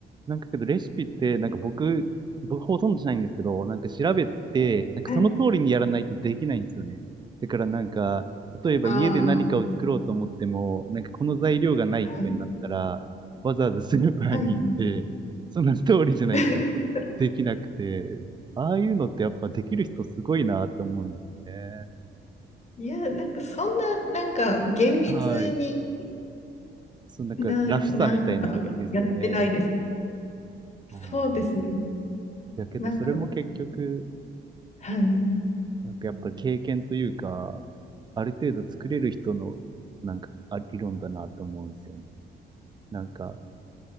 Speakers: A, on the right (about 20°); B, on the left (about 35°).
A: なんかけどレシピって、なんか僕、僕ほとんどしないんですけど、なんか調べて、なんかその通りにやらないとできないんですよね。
B: <laughs> はい。
A: だからなんか、例えば家で何かを作ろうと思っても、
B: ああ、
A: なんかこの材料がないとかになったら、
B: はい、
A: わざわざスーパーに行って、
B: はい、はい。
A: その通りじゃないと
B: <laughs>
A: できなくて、ああいうのってやっぱできる人すごいなって思うんですね。
B: いや、なんかそんな、なんか厳密に
A: はい。そのなんかラフさみたいなんですよね。
B: な、なんかやってないです。そうですね。
A: ああ。だけどそれも結局、
B: なんか、はい。
A: なんかやっぱり経験というか、ある程度作れる人の、なんか、あ、理論だなと思うんですよね。なんか、